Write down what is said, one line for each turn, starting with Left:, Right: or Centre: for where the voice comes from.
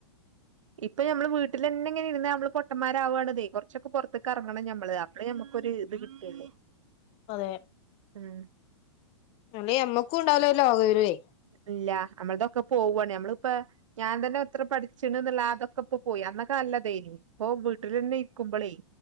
Right: ഇപ്പൊ നമ്മ ൾവീട്ടിൽന്നെങ്ങനെ ഇരുന്ന നമ്മള് പൊട്ടൻമാർവണത് കൊ റച്ചൊക്കെ പുറത്തക്ക് ഇറങ്ങണം ഞമ്മള് അപ്ലേ അപ്പൊ ഒരു ത് കിട്ടൂല്ലോ
Left: അതെ
Right: ഉം
Left: അമ്മേഅമ്മക്കും ഉണ്ടാവല്ലോ ലോക വിവരെ
Right: ഇല്ല. നമ്മളതൊക്കെ പോവുവാണെ, നമ്മളിപ്പ ഞാൻ തന്നെ എത്ര പഠിച്ചിണ്ന്ന്ള്ള ആ അതൊക്കെ ഇപ്പോ പോയി അന്നൊക്കെനല്ലതെനി ഇപ്പൊ വീട്ടിലെന്നെ ഇരിക്കുബോൾയ്